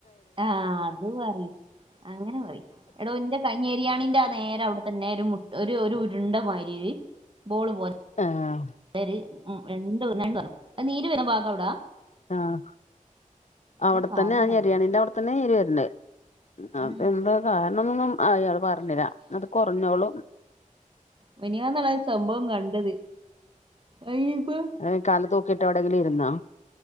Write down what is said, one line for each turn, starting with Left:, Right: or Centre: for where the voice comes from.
Right: ആഹ് അത് പറയും അങ്ങനെ പറയും എടോ എന്റെ കൈ ന്തെരിയാണീന്റെ ആ നേരെ അവിടത്തെ നേര മുട്ട് ഒര് ഒരു ഉരുണ്ട മാരിര് ബോള് പോ
Left: ആഹ്
Right: ഒര് ഉം രണ്ട് <unintelligible> നീര് വരുന്ന ഭാഗം എവിടാ
Left: ആഹ് അവിടെത്തന്നെ
Right: കാരണം
Left: ആ
Right: എന്നറിയില്ല
Left: നെരിയാണിൻ്റെ അവിടെത്തന്നെയാ നീര് വരുന്നത് അതെന്താ
Right: ആ,
Left: കാരണം എന്നൊന്നും അയാള് പറഞ്ഞില്ല അത് കുറഞ്ഞോളും
Right: മിഞ്ഞിഞ്ഞാന്ന ഒരു സംഭവം കണ്ടത് അയിബാ
Left: ഏയ് കാല് തൂക്കിയിട്ട് എവിടെങ്കിലും ഇരുന്നോ